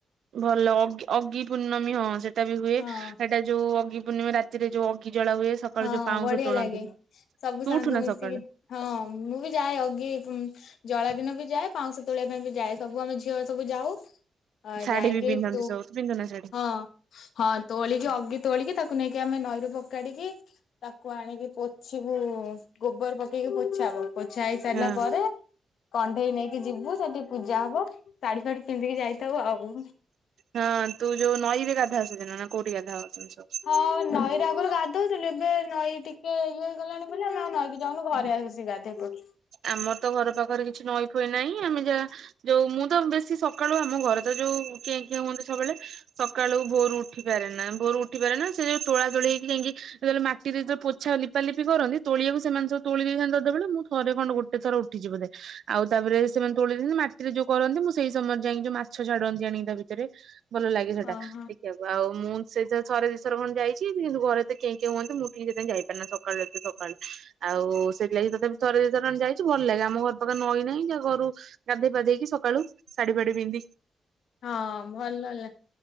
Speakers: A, on the right; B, on the left.
A: ଭଲ ଅ -ଅଗି ପୂର୍ଣ୍ଣମୀ ହଁ ସେ ବି ହୁଏ
B: ହଁ।
A: ସେଇଟା ଯୋଉ ଅଗି ପୂର୍ଣ୍ଣିମା ରାତିରେ ଯୋଉ ଅଗି ଜଳା ହୁଏ ସକାଳୁ
B: ହଁ
A: ଯୋଉ ପାଉଁଶ
B: ବଢିଆ
A: ତୋଳନ୍ତି।
B: ଲାଗେ ସବୁ
A: ତୁ
B: ସାଙ୍ଗ
A: ଉଠୁ ନା
B: ମିଶିକି
A: ସକାଳୁ
B: ହଁ ମୁଁ ବି ଯାଏ ଅଗି ଜଳା ଦିନ ବି ଯାଏ ପାଉଁଶ ତୋଳିବା ପାଇଁ ବି ଯାଏ ସବୁ ଆମେ ଝିଅ ସବୁ ଯାଉ ଅ-
A: ଶାଢୀ
B: ଯାଇଁକି
A: ବି ପିନ୍ଧନ୍ତି
B: ତୁ-
A: ସବୁ ପିନ୍ଧୁ ନା ଶାଢୀ
B: ହଁ। ହଁ ତୋଳିକି ଅଗି ତୋଳିକି ତାକୁ ନେଇକି ଆମେ ନଈରୁ ପକାଡିକି ତାକୁ ଆଣିକି ପୋଛିବୁ ଗୋବର ପକେଇକି ପୋଛହବ। ପୋଛା ହେଇ ସାରିଲା
A: ହଁ।
B: ପରେ କଣ୍ଢେଇ ନେଇକି ଯିବୁ ସେଠି ପୂଜା ହବ ଶାଢୀ ଶାଢୀ ପିନ୍ଧିକି ଯାଇଥାଉୁ ଆଉ।
A: ହଁ ତୁ ଯଉ ନଈରେ ଗାଧାଅ ସେଦିନ ନା କଉଠି ଗାଧାଅ ସେମାନେ ସବୁ?
B: ହଁ ନଈରେ ଆଗୁରୁ ଗାଧଉଥିଲି ଏବେ ନଈ ଟିକେ ଇଏ ହେଇଗଲାଣି ବୁଲି ନା ଆଉ ନଈକି ଯାଉନୁ ଘରେ ଆସି ଗା <unintelligible>
A: ଆମର ତ ଘର ପାଖରେ କିଛି ନଈ ହୁଏ ନାହିଁ ଆମେ ଯାହା ଯୋଉ ମୁଁ ତ ବେଶୀ ସକାଳୁ ଆମ ଘରେ ତ ଯୋଉ କିଏ କିଏ ହୁଅନ୍ତି ସବୁବେଳେ। ସକାଳୁ ଭୋରୁ ଉଠିପାରେ ନା ଭୋରୁ ଉଠି ପାରେ ନା ସେ ଯଉ ତୋଳା ତୋଳି ହେଇକି ଯାଇକି ଯେତେବେଳେ ମାଟିରେ ତ ପୋଛା ଲିପାଲିପି କରନ୍ତି ତୋଳିକୁ ସେମାନେ ସବୁ ତୋଳି ଦେଇଥାନ୍ତି ସେତେବେଳେ ମୁଁ ଥରେ ଣ୍ଡ ଗୋଟେ ଥର ଉଠିିଚି ବୋଧେ। ଆଉ ତାପରେ ସେମାନେ ତୋଳି ଦେଇନ୍ତି ମାଟିରେ ଯୋଉ କରନ୍ତି ମୁଁ ସେଇ ସମୟରେ ଯାଇକି ଯୋଉ ମାଛ ଛାଡନ୍ତି ଆଣିକି ତା ଭିତରେ ଭଲ ଲାଗେ ସେଟା
B: ଓହୋ
A: ଏ ଖିବାକୁ ଆଉ ମୁଁ ସେ ଥରେ ଦିଶଥର ଭଳି ଯାଇଛି କିନ୍ତୁ ଘରେ ତ କେ କେ ହୁଅନ୍ତି ମୁଁ ଟିକି ସେତେଇ ଯାଇ ପାରେନା ସକାଳୁ ଏତେ ସ କାଳୁ ଆଉ ସେଥିଲାଗି ତତେ ଥରେ ଦି ଥର ଯାଇଛୁ ଭଲ ଲାଗେ ଆମ ଘର ପାଖରେ ନଈନାହିଁ ଯାହା ଘରୁ ଗାଧୋଇ ପାଧେଇକି ସକାଳୁ ଶାଢୀ ବାଡି ପିନ୍ଧି
B: ହଁ ଭଲ ଲ